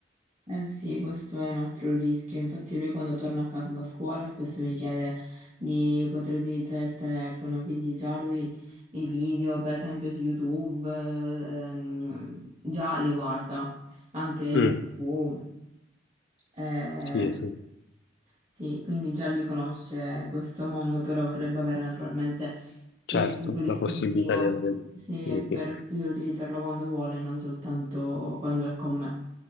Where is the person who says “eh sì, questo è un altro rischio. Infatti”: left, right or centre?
Right